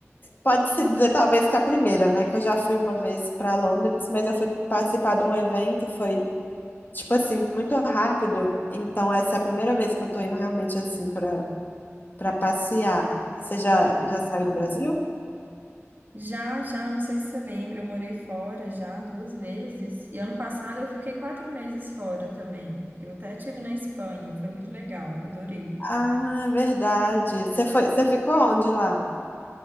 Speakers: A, on the left (about 40°); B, on the right (about 40°).
A: pode-se dizer talvez que a primeira, né? Que eu já fui uma vez para Londres, mas eu fui participar de um evento e foi, tipo assim, muito rápido. Então, essa é a primeira vez que eu tô indo realmente assim para para passear. Você já,
B: Pra turistar.
A: já saiu do Brasil?
B: Já, já, não sei se você lembra, eu morei fora já duas vezes. E ano passado eu fiquei quatro meses fora também. Eu até tive na Espanha, foi muito legal, adorei.
A: Ah, é verdade. Você foi, você ficou onde lá?